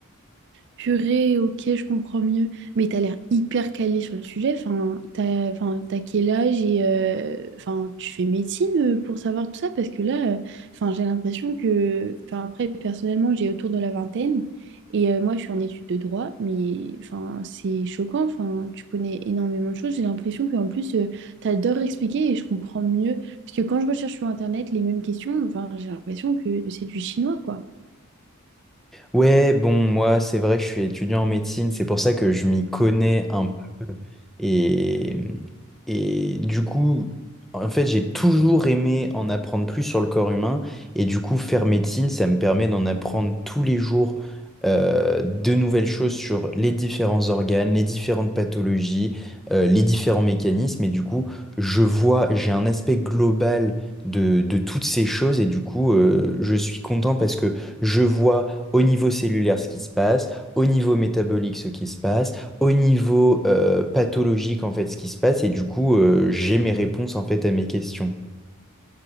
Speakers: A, on the right; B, in the centre.
A: Purée, ok, je comprends mieux. Mais t'as l'air hyper calé sur le sujet. Enfin, t'as, enfin, t'as quel âge et euh, enfin, tu fais médecine euh, pour savoir tout ça? Parce que là, euh, enfin, j'ai l'impression que, enfin, après, personnellement, j'ai autour de la vingtaine et euh, moi, je suis en études de droit, mais enfin, c'est choquant. Enfin, tu connais énormément de choses. J'ai l'impression qu'en plus, euh, t'adores expliquer et je comprends mieux. Parce que quand je recherche sur Internet les mêmes questions, enfin, j'ai l'impression que c'est du chinois, quoi.
B: Ouais, bon, moi, c'est vrai que je suis étudiant en médecine, c'est pour ça que je m'y connais un peu. Et, et du coup, en fait, j'ai toujours aimé en apprendre plus sur le corps humain. Et du coup, faire médecine, ça me permet d'en apprendre tous les jours euh, de nouvelles choses sur les différents organes, les différentes pathologies, euh, les différents mécanismes. Et du coup, je vois, j'ai un aspect global de, de toutes ces choses. Et du coup, euh, je suis content parce que je vois au niveau cellulaire ce qui se passe, au niveau métabolique ce qui se passe, au niveau euh, pathologique en fait ce qui se passe, et du coup euh, j'ai mes réponses en fait à mes questions.